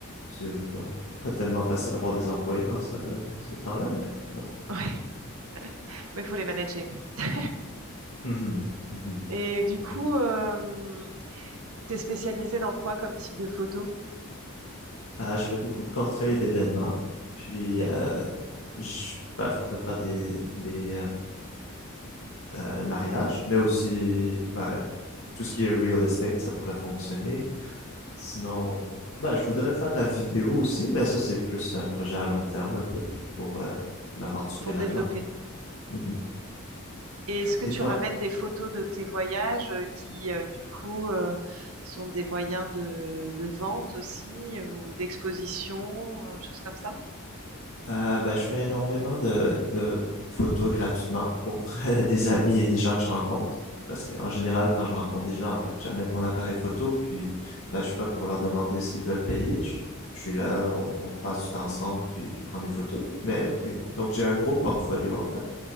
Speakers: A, on the left (about 70°); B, on the right (about 85°).
A: c'est, ouais, pas tellement facile d'avoir des employés dans ce, ce temps-là, mais ouais.
B: <laughs> Ouais. Oui, il faut les manager. <laughs>
A: Mhm, mhm,
B: Et du
A: mhm.
B: coup, euh, t'es spécialisé dans quoi comme type de photo?
A: Ah, je fais beaucoup de portraits et d'événements, puis
B: D'accord.
A: euh, je, ben, je pourrais faire des, des euh, euh, mariages, mais aussi ben, tout ce qui est real estate, ça pourrait fonctionner. Sinon, ben, je voudrais faire de la vidéo aussi, mais ça, c'est plus un projet à long terme un peu pour euh, m'aventurer
B: Pour
A: là-dedans.
B: développer.
A: Mhm.
B: Et est-ce que
A: Et
B: tu
A: toi?
B: ramènes des photos de tes voyages euh, qui, euh, du coup, euh, sont des moyens de, de vente aussi ou d'exposition, euh, choses comme ça?
A: Euh, ben, je fais énormément de, de photos gratuitement pour <laughs> euh, des amis et des gens que je rencontre. Parce qu'en général, quand je rencontre des gens, ben, j'amène mon appareil photo, puis ben, je suis pas pour leur demander s'ils veulent payer. Je, je suis là, on, on passe du temps ensemble, puis je prends des photos. Mais, donc j'ai un gros portfolio en fait.